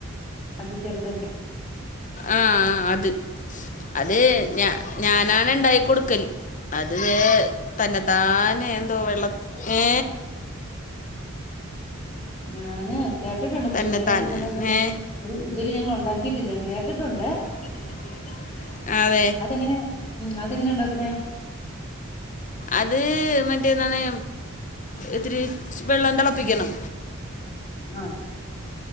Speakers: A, on the left (about 20°); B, on the left (about 35°).
A: മറ്റേ ചെറുതന്നെ
B: ആഹ് ആഹ് അത് അത് ഞാ ഞാനാണ് ഇണ്ടാക്കി കൊടുക്കല് അത് തന്നെത്താനേ എന്തോ വെള്ള
A: <inaudible>
B: ഏ
A: ഞാന് കേട്ടിട്ടുണ്ട് പക്ഷെ
B: തന്നെത്താനെ
A: ഇത് വരെ അങ്ങനെ ഞങ്ങള് ഇവിടെ- ഇതുവരെ ഞങ്ങള് ഒണ്ടാക്കിയിട്ടില്ല കേട്ടിട്ടുണ്ട്
B: ഉണ്ടാക്കിട്ടില്ല കേട്ടിട്ടുണ്ട് അതെ
A: അതെങ്ങനെയ ഉം അതെങ്ങനെയ ഉണ്ടാക്കുന്നെ
B: അത് മറ്റേ എന്താണ് ഇത്തിരി വെള്ളം തെളപ്പിക്കണം
A: ആഹ്